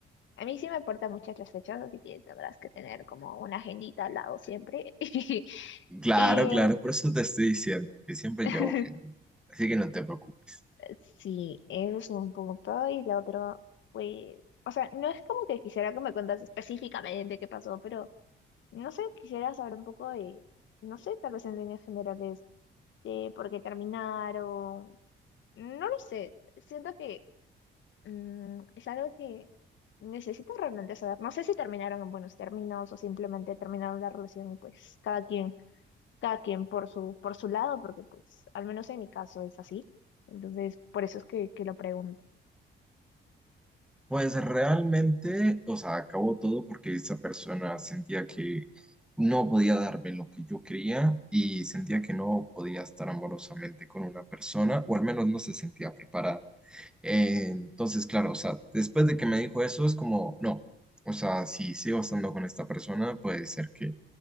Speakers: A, on the left; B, in the centre.
A: a mí sí me importan muchas las fechas, así que tendrás que tener como una agendita al lado siempre. <laughs>
B: Claro,
A: Y
B: claro, por eso te estoy diciendo que siempre
A: <laughs>
B: llevo gente.
A: <laughs>
B: Así que no te preocupes.
A: Sí, eso un punto y la otra fue, o sea, no es como que quisiera que me cuentas específicamente qué pasó, pero no sé, quisiera saber un poco de, no sé, tal vez en líneas generales, de por qué terminaron, no lo sé, siento que mm, es algo que necesito realmente saber, no sé si terminaron en buenos términos o simplemente terminaron la relación, y, pues cada quien, cada quien por su, por su lado, porque pues al menos en mi caso es así, entonces por eso es que, que lo pregunto.
B: Pues realmente, o sea, acabó todo porque esa persona sentía que no podía darme lo que yo quería y sentía que no podía estar amorosamente con una persona, o al menos no se sentía preparada. Eh, entonces, claro, o sea, después de que me dijo eso, es como, no, o sea, si sigo estando con esta persona, puede ser que